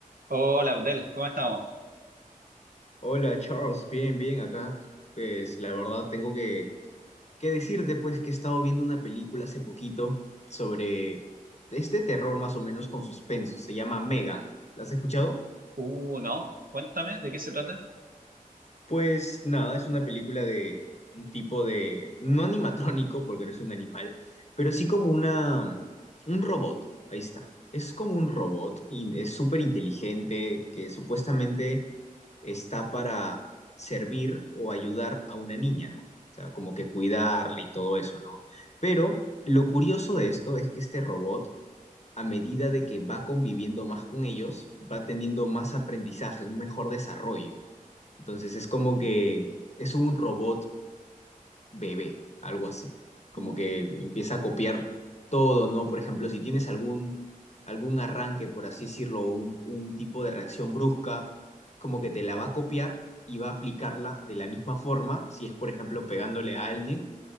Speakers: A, on the right; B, on the left.
A: Hola Abdel, ¿cómo estamos?
B: Hola Charles, bien, bien, acá. Pues la verdad tengo que, que decirte pues que he estado viendo una película hace poquito sobre este terror más o menos con suspenso, se llama Megan. ¿La has escuchado?
A: Uh, no, cuéntame, ¿de qué se trata?
B: Pues nada, es una película de un tipo de, no animatrónico porque no es un animal, pero sí como una, un robot, ahí está. Es como un robot y es súper inteligente que supuestamente está para servir o ayudar a una niña, ¿no? O sea, como que cuidarle y todo eso, ¿no? Pero lo curioso de esto es que este robot, a medida de que va conviviendo más con ellos, va teniendo más aprendizaje, un mejor desarrollo. Entonces es como que es un robot bebé, algo así. Como
A: Mm,
B: que empieza a copiar todo, ¿no? Por ejemplo, si tienes algún, algún arranque, por así decirlo, un, un tipo de reacción brusca, como que te la va a copiar y va a aplicarla de la misma forma, si es, por ejemplo, pegándole a alguien.